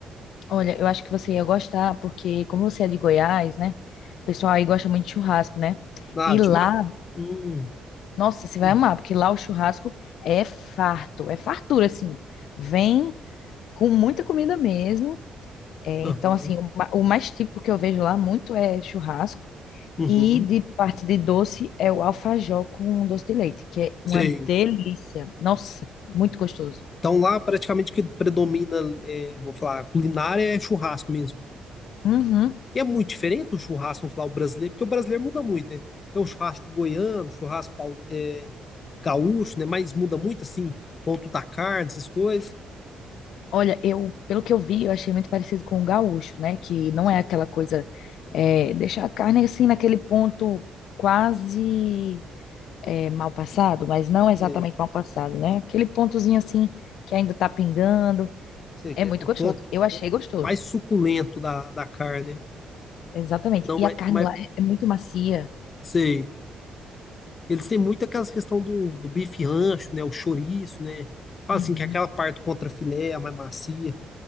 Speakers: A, on the left (about 75°); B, on the left (about 40°).
A: Olha, eu acho que você ia gostar, porque como você é de Goiás, né? O pessoal aí gosta muito de churrasco, né?
B: Ah,
A: E
B: de
A: lá,
B: ma... Hum,
A: nossa, você
B: hum,
A: vai amar, porque lá o churrasco é farto, é fartura, assim. Vem com muita comida mesmo. É,
B: aham,
A: então, assim, o, ma- o mais típico que eu vejo lá muito é churrasco.
B: uhum,
A: E de parte de doce é o alfajor com doce de leite, que é uma
B: sei.
A: delícia. Nossa, muito gostoso.
B: Então lá praticamente o que predomina, é, vamos falar, culinária é churrasco mesmo.
A: Uhum.
B: E é muito diferente o churrasco, vamos falar, o brasileiro, porque o brasileiro muda muito, né? Tem o churrasco goiano, churrasco pau- é, gaúcho, né? Mas muda muito, assim, ponto da carne, essas coisas.
A: Olha, eu, pelo que eu vi, eu achei muito parecido com o gaúcho, né? Que não
B: Sei,
A: é aquela coisa, é, deixar a carne assim naquele ponto quase é, mal passado, mas não exatamente
B: sei,
A: mal passado, né? Aquele pontozinho assim que ainda tá pingando.
B: sei
A: É
B: que
A: muito
B: é o
A: gostoso.
B: ponto
A: Eu achei gostoso.
B: mais suculento da, da carne. né?
A: Exatamente.
B: Não,
A: E
B: mas,
A: a carne
B: mas
A: lá é é muito macia.
B: sei. Eles têm muito aquelas questão do, do bife rancho, né? O chouriço, né? Fala
A: Uhum.
B: assim, que é aquela parte contra filé, a mais macia.